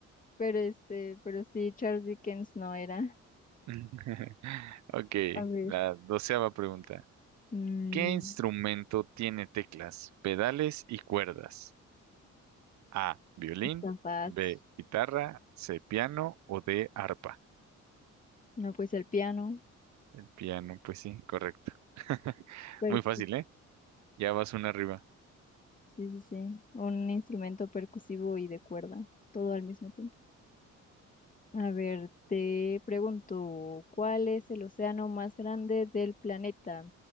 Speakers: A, on the left (about 25°); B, on the right (about 70°).
A: pero este, pero sí, Charles Dickens no era.
B: <laughs> Ok,
A: A ver.
B: la doceava pregunta.
A: Mm,
B: ¿Qué instrumento tiene teclas, pedales y cuerdas? A, violín,
A: está fácil.
B: B, guitarra, C, piano o D, arpa.
A: No, pues el piano,
B: Piano, pues sí, correcto. <laughs>
A: percu-
B: Muy fácil, ¿eh? Ya vas una arriba.
A: sí, sí, sí, un instrumento percusivo y de cuerda, todo al mismo tiempo. A ver, te pregunto, ¿cuál es el océano más grande del planeta?